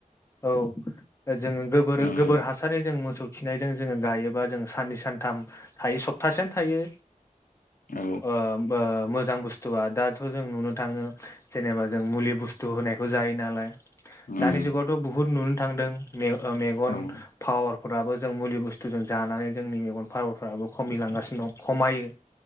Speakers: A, on the left; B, on the left.
A: औ जोङो गोबोर
B: उम
A: गोबोर हासारनि जों मोसौ खिनायजों जोङो गायोबा जों साननै सानथाम थायो सप्तासेयानो थायो।
B: औ
A: अ होमबा मोजां बुसथुआ दाथ' जों नुनो थाङो जेनेबा जों मुलि बुसथु होनायखौ जायो नालाय दानि
B: उम
A: जुगावथ' बुहुत नुनो थांदों मे-ओ मेगन
B: औ उम
A: फावार फोराबो जों मुलि बुस्थुजों जानानै जोंनि मेगन फावारफ्राबो खमिलांगासिनो दं। खमायो